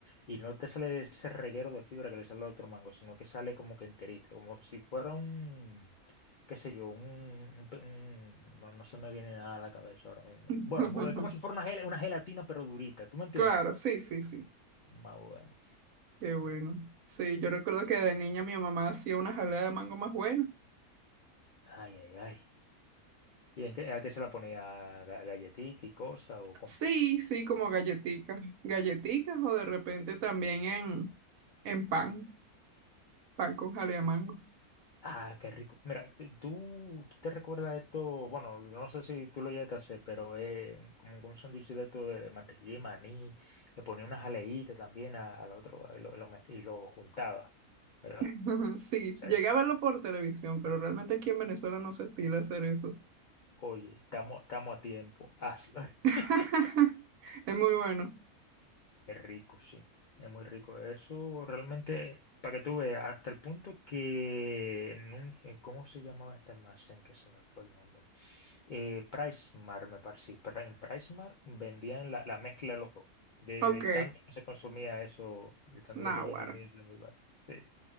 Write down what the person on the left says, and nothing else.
y no te sale ese reguero de fibra que le sale al otro mango, sino que sale como que enterito, como si fuera un, qué sé yo, un, un pe- un- no, no se me viene nada a la cabeza ahora mismo.
Bueno, pues es como si fuera una, gel- una gelatina pero durita, ¿tú me entiendes?
Más bueno.
Ay, ay, ay. ¿Y en qué, a qué se la ponía? ¿Ga- ¿Galletica y cosas o cómo?
Ah, qué rico. Mira, eh, tú, tú te recuerdas esto, bueno, no sé si tú lo llegaste a hacer, pero es como un sándwich de esto de mantequilla y maní, le ponía una jaleíta también a- al otro a lo- lo mezc- y lo juntaba, ¿verdad?
O sea,
ese,
oye, estamos estamos a tiempo, hazlo.
<laughs>
Es rico, sí, es muy rico. Eso realmente, para que tú veas, hasta el punto que en un, eh, ¿cómo se llamaba este almacén que se me fue el nombre? Eh, Pricemar, me parece. Sí, Pri- en Pricemar vendían la, la mezcla de los dos. De,
de tanto que se consumía eso, de tanto
que se consumía ese mi bar. Sí.